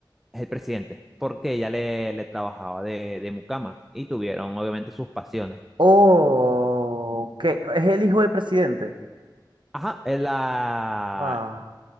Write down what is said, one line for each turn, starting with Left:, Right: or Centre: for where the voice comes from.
Centre: es el presidente, porque ella le, le trabajaba de, de mucama y tuvieron obviamente sus pasiones.
Right: Oh, que es el hijo del presidente.
Centre: Ajá, eh, la,
Right: Wow.